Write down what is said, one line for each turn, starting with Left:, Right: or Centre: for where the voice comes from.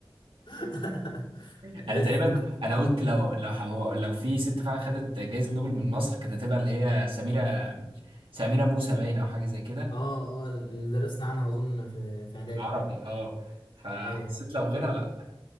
Left: <laughs>
Right: انا
Left: لسه
Right: تقريبا
Left: لسه
Right: ك- انا قلت لو لو حو... لو في ست فعلا خدت جائزه نوبل من مصر كانت هتبقى اللي هي سميره سميره موسى باين او حاجه زي كده
Left: اه اه اللي درسنا عنها اظن في في اعدادي
Right: بالعربي اه فحسيت
Left: ايوه ايوه
Right: لو غيرها لا